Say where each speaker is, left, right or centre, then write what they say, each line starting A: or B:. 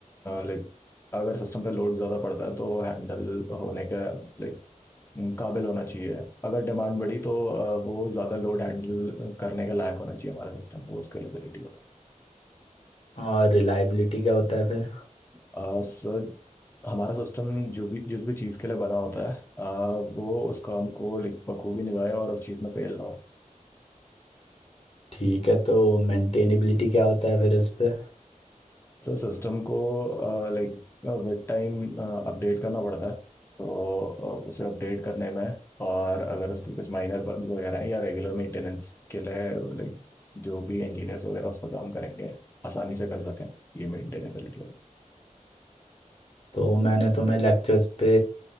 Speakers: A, on the left; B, on the left.
A: लाइक अगर सिस्टम पे लोड ज़्यादा पड़ता है तो हैंडल होने का लाइक हम्म, काबिल होना चाहिए अगर डिमांड बढ़ी तो अ, वो ज़्यादा लोड हैंडल करने का लायक होना चाहिए हमारा सिस्टम वो स्केलेबिलिटी हो तो
B: और रिलायबिलिटी क्या होता है फिर
A: अ, सर, हमारा सिस्टम जो भी जिस भी चीज़ के लिए बना होता है अ, वो उसका हमको लाइक बखूबी निभाए और उस चीज़ में फेल ना हो
B: ठीक है तो मेंटेनेबिलिटी क्या होता है फिर इस पे
A: सिस्टम को लाइक विद टाइम अपडेट करना पड़ता है तो uh, उसे अपडेट करने में और अगर उसके कुछ माइनर बग्स वगैरह हैं या रेगुलर मेंटेनेंस के लिए लाइक जो भी इंजीनियर्स वगैरह उस पर काम करेंगे आसानी से कर सकें ये मेंटेनेबिलिटी वाला
B: तो मैंने तुम्हें लेक्चर्स पे